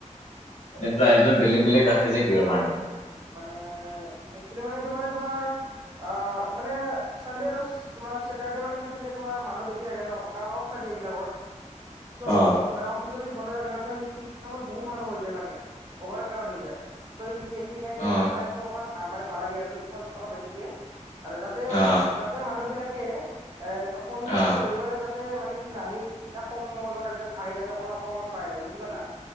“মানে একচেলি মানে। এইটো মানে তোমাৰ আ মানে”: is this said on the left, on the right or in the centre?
Right